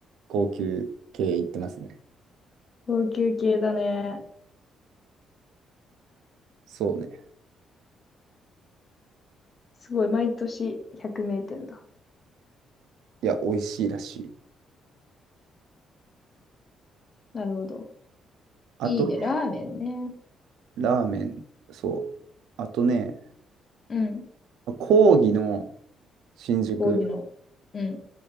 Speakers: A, on the right (about 80°); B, on the left (about 35°).
A: 高級系行ってますね。
B: 高級系だね。
A: そうね。
B: すごい、毎年100名店だ。
A: いや、美味しいらしい。
B: なるほど。
A: あと、
B: いいね、ラーメンね。
A: ラーメン、そう。あとね、
B: うん。
A: 講義の新宿、
B: 講義の。うん。